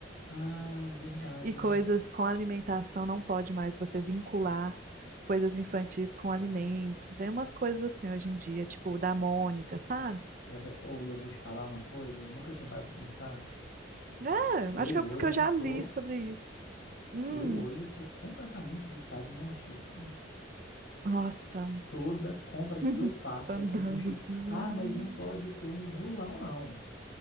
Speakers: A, on the left; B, on the right.
A: Ah, verdade,
B: E coisas
A: né?
B: com alimentação não pode mais você vincular coisas infantis com alimento. Tem umas coisas assim hoje em dia, tipo o da Mônica, sabe?
A: Será que é- Ou eu vou te falar uma coisa, eu nunca tinha parado pra pensar.
B: É,
A: Eu
B: acho que é porque
A: hoje
B: eu já
A: sou,
B: li sobre isso. Hum,
A: eu hoje sou completamente viciado em Alma Chips, né?
B: nossa, um
A: Toda compra que
B: <laughs>
A: eu faço,
B: fandangozinho.
A: eu compro um Cheetos. Ah,
B: hum.
A: mas não pode ser um gulão, não.